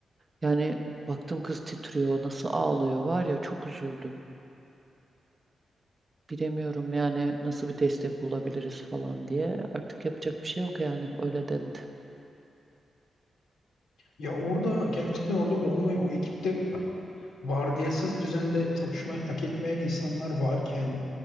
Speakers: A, on the right; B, on the left.
A: Yani baktım kız titriyor, nasıl ağlıyor var ya çok üzüldüm. Bilemiyorum yani nasıl bir destek olabiliriz falan diye. Artık yapacak bir şey yok yani öyle dendi.
B: Ya orada gerçekten orada olmayı, o ekipte vardiyasız düzende çalışmayı hak etmeyen insanlar varken